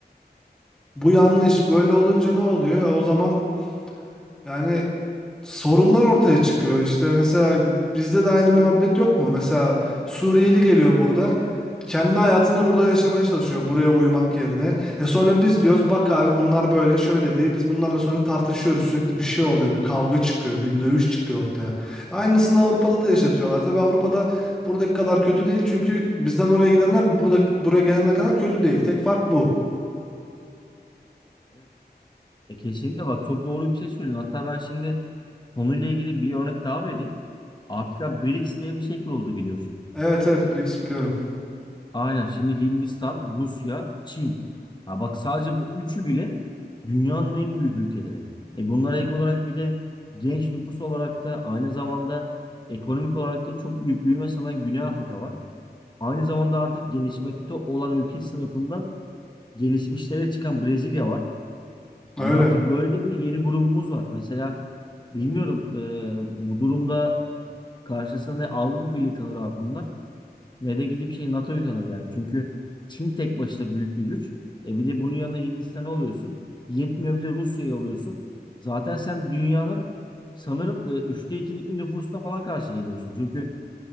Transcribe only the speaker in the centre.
Bu yanlış. Böyle olunca ne oluyor? O zaman Yani sorunlar ortaya çıkıyor işte mesela bizde de aynı muhabbet yok mu? Mesela Suriyeli geliyor burada kendi hayatını burada yaşamaya çalışıyor buraya uyumak yerine. E sonra biz diyoruz bak abi bunlar böyle şöyle diye biz bunlarla sonra tartışıyoruz sürekli bir şey oluyor bir kavga çıkıyor bir dövüş çıkıyor ortaya. Aynısını Avrupa'da da yaşatıyorlar. Tabii Avrupa'da buradaki kadar kötü değil çünkü bizden oraya gidenler burada buraya gelenler kadar kötü değil. Tek fark bu.
Evet evet BRICS biliyorum.
Öyle